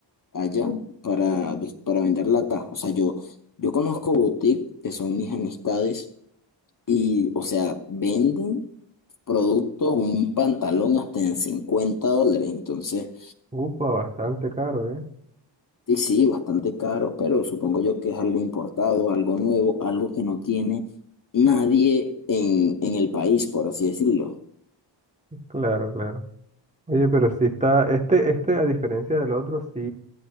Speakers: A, on the left; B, on the right.
A: allá para, pues, para venderla acá. O sea, yo, yo conozco boutiques que son mis amistades y, o sea, venden productos, un pantalón hasta en 50 dólares. Entonces,
B: Upa, bastante caro, ¿eh?
A: sí, sí, bastante caro, pero supongo yo que es algo importado, algo nuevo, algo que no tiene nadie en, en el país, por así decirlo.
B: Claro, claro. Oye, pero sí está, este, este a diferencia del otro, sí